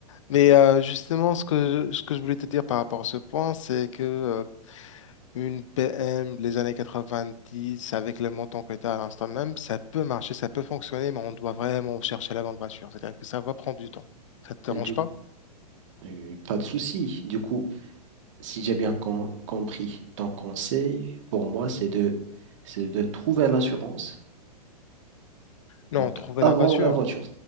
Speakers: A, on the left; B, on the right.
A: Mais euh, justement, ce que, je- ce que je voulais te dire par rapport à ce point, c'est que Une PM, les années 90, avec le montant que tu as à l'instant même, ça peut marcher, ça peut fonctionner, mais on doit vraiment chercher la bonne voiture. C'est-à-dire que ça va prendre du temps. Ça te
B: Euh,
A: dérange
B: Du...
A: pas?
B: euh, Pas de souci. Du coup, si j'ai bien com- compris, ton conseil pour moi, c'est de... c'est de trouver l'assurance.
A: Non,
B: Donc,
A: trouver
B: avant
A: la voiture.
B: la voiture.